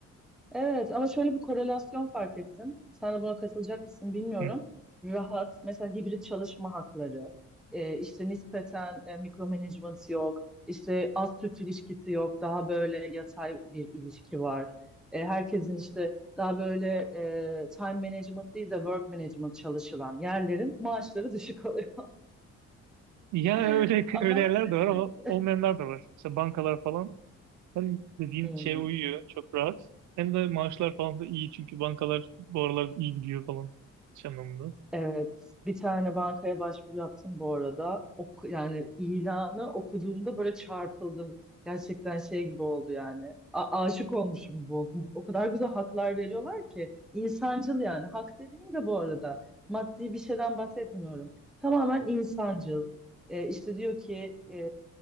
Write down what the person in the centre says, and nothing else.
Evet ama şöyle bir korelasyon fark ettim. Sen de buna katılacak mısın bilmiyorum.
Rahat, mesela hibrit çalışma hakları, e, işte nispeten e, mikromanagement yok, işte az süt ilişkisi yok, daha böyle yatay bir ilişki var. E, herkesin işte daha böyle e, time management değil de work management çalışılan yerlerin maaşları düşük oluyor.
<laughs>
Ama
<laughs>
Hmm.
Evet, bir tane bankaya başvuru yaptım bu arada. Oku, yani ilanı okuduğumda böyle çarpıldım. Gerçekten şey gibi oldu yani. A- aşık olmuşum gibi oldum. O kadar güzel haklar veriyorlar ki. İnsancıl yani. Hak dediğim de bu arada maddi bir şeyden bahsetmiyorum. Tamamen insancıl. E, işte diyor ki e,